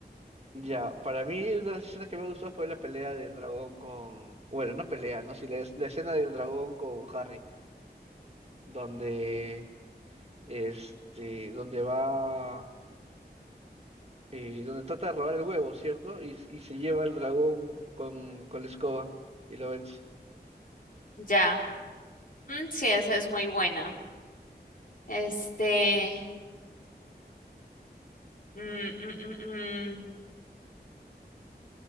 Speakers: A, on the right; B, on the left.
A: Ya. Para mí, una de las escenas que me gustó fue la pelea del dragón con. Bueno, no pelea, ¿no? Sí, la, es- la escena del dragón con Harry. Donde. Este. Donde va. eh, donde trata de robar el huevo, ¿cierto? Y, y se lleva al dragón con, con la escoba y lo vence.
B: Ya. Mm, sí, esa es muy buena. Este. mm, mm, mm, mm.